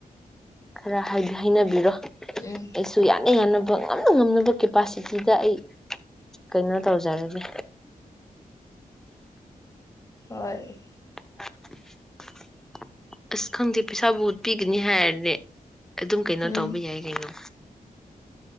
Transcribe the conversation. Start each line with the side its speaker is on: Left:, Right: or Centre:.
Centre: ꯈꯔ ꯍꯥꯏꯅꯕꯤꯔꯣ
Left: ꯎꯝ
Centre: ꯑꯩꯁꯨ ꯌꯥꯅ ꯌꯥꯅ ꯉꯝꯅ ꯉꯝꯅꯕ ꯀꯦꯄꯥꯁꯤꯇꯤꯗ ꯑꯩ ꯀꯩꯅꯣ ꯇꯧꯖꯔꯒꯦ
Left: ꯍꯣꯏ
Centre: <inaudible> ꯑꯁ ꯈꯪꯗꯦ ꯄꯩꯁꯥꯕꯨ ꯄꯤꯒꯅꯤ ꯍꯥꯏꯔꯗꯤ ꯑꯗꯨꯝ ꯀꯩꯅꯣ
Left: ꯎꯝ
Centre: ꯇꯧꯕ ꯌꯥꯏ ꯀꯩꯅꯣ